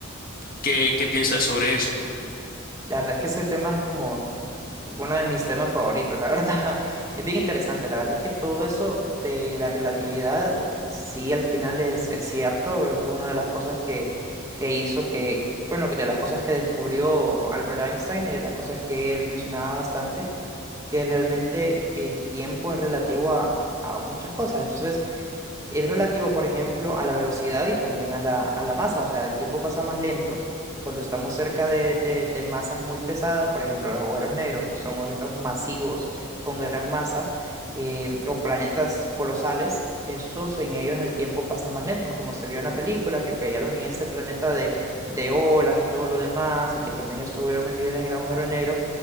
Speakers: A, on the left; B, on the right.
A: ¿Qué, qué piensas sobre eso?
B: La verdad es que ese tema es como uno de mis temas favoritos, la verdad. <laughs> Es bien interesante, la verdad es que todo eso de la relatividad, eh, sí, al final es, es cierto, es una de las cosas que, que hizo que, bueno, que de las cosas que descubrió Albert Einstein y de las cosas que él mencionaba bastante, que realmente el tiempo es relativo a, a muchas cosas. Entonces, Es relativo, por ejemplo, a la velocidad y también a la, a la masa, o sea, el tiempo pasa más lento. Cuando estamos cerca de, de- de masas muy pesadas, por ejemplo, los agujeros negros, que son objetos masivos con gran masa, eh, o planetas colosales, estos en ellos el tiempo pasa más lento, como se vio en la película, que cayeron en este planeta de, de olas y todo lo demás, y que también estuvieron metidos en el agujero negro,